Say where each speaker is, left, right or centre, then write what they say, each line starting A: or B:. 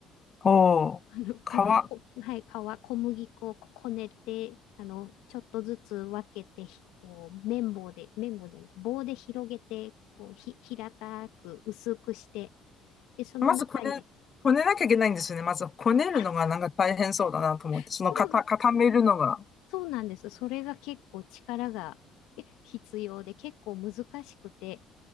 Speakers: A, on the left (about 35°); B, on the left (about 75°).
A: おー、
B: あのか
A: 皮、
B: <laughs> こ、はい、皮、小麦粉をこねて、あの、ちょっとずつ分けて、ひこう、綿棒で、綿棒じゃない、棒で広げて、こう、ひ、平たく薄くして、で、その中に、
A: まずこね、こねなきゃいけないんですよね。まず、こねるのがなんか大変そうだなと思って、
B: あ、そう、
A: その、かた、
B: そう
A: 固めるのが。
B: そうなんです。それが結構力がえ必要で、結構難しくて、